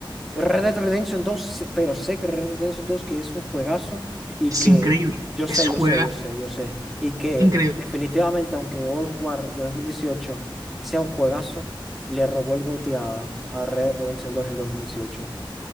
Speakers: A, in the centre; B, on the right (about 40°).
A: Red Dead Redemption dos, pero sé que Red Dead Redemption dos que es un juegazo y
B: Es
A: que
B: increíble,
A: yo
B: es
A: sé,
B: juegazo,
A: yo sé, yo sé, yo sé, y que
B: increíble.
A: definitivamente aunque God of War de 2018 sea un juegazo, le robó el GOTY a, a Red Dead Redemption dos en 2018.